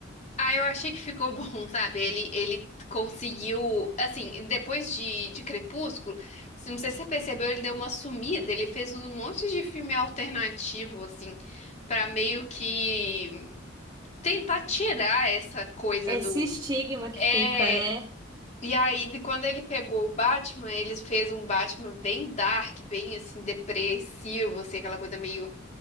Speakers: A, on the left; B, on the right.
A: Ah, eu achei que ficou <laughs> bom, sabe? Ele, ele conseguiu, assim, depois de, de Crepúsculo, se- não sei se você percebeu, ele deu uma sumida, ele fez um monte de filme alternativo, assim, pra meio que tentar tirar essa coisa
B: Esse
A: do...
B: estigma que
A: É,
B: fica, né?
A: e aí, de quando ele pegou o Batman, ele fez um Batman bem dark, bem, assim, depressivo, assim, aquela coisa meio